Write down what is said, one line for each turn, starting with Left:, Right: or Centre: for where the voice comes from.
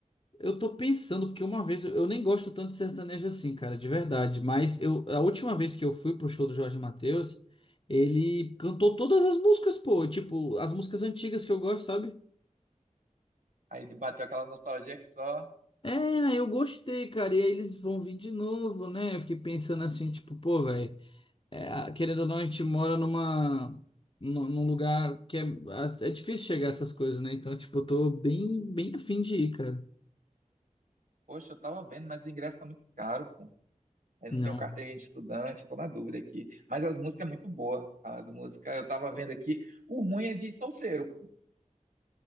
Left: Eu tô pensando, porque uma vez eu nem gosto tanto de sertanejo assim, cara, de verdade. Mas eu, a última vez que eu fui pro show do Jorge Mateus, ele cantou todas as músicas, pô. Tipo, as músicas antigas que eu gosto, sabe?
Right: Aí bateu aquela nostalgia que só,
Left: É, eu gostei, cara. E aí eles vão vir de novo, né? Eu fiquei pensando assim, tipo, pô, velho. é, querendo ou não, a gente mora numa, num num lugar que é, as- é difícil chegar a essas coisas, né? Então, tipo, eu tô bem, bem afim de ir, cara.
Right: poxa, eu tava vendo, mas o ingresso tá muito caro, pô. Eu
Left: Não.
Right: não tenho carteirinha de estudante, tô na dúvida aqui. Mas as músicas é muito boa. As músicas eu tava vendo aqui. O ruim é de solteiro, pô.